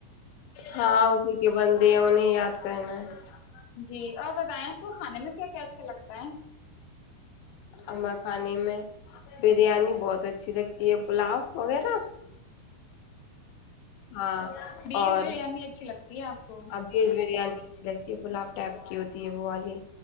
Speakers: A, on the left; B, on the left.
A: ہاں اسی کے بندے ہیں انہیں یاد <unintelligible>
B: جی اور بتائیں تو کھے میں کیا کیا اچھا لگتا ہے
A: اما خانے میں بریانی بہت اچھی لگتی ہے پلاؤ وغیرہ ہاں
B: بیڈ
A: اور
B: بریانی اچھی لگتی ہے آپ کو
A: اب ویج بریانی اچھی لگتی ہے پلاب ٹائپ کی ہوتی ہے وہ والی